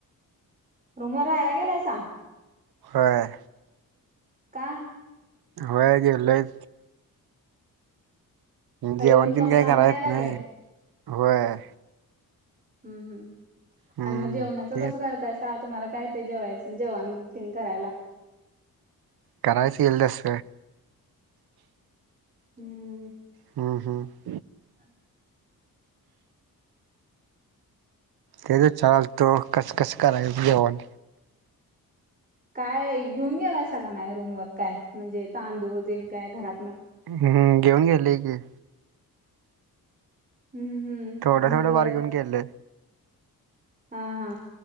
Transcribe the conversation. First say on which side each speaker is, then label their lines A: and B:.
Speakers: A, on the right; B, on the right.
A: रुमवर गेलासा.
B: होय.
A: का?
B: होय गेलोय.
A: का
B: जेवान
A: येऊन जाऊन
B: तेन काही
A: लांब
B: करायलां
A: पडायला
B: येत
A: लागलय.
B: नाही होय
A: हम् हम्
B: हम्म
A: आणि मग जेवणाचं
B: तेच
A: कसं काय होतय पहा तुम्हाला काय येतंय जेवायचं जेवणं तेन करायला
B: करायच यील तस
A: हम्म हम्म
B: हम हम
A: <unintelligible>
B: ते विचारतो आलतो कसं कसं कराय जेवणं
A: काय घेऊन गेलायसा का नाही रूम वर काय म्हणजे तांदूळ तेन काय घरातन
B: हम्म घेऊन गेले की
A: हम्म हम्म
B: थोडं
A: मग
B: थोडं फार घेऊन गेले
A: हा हा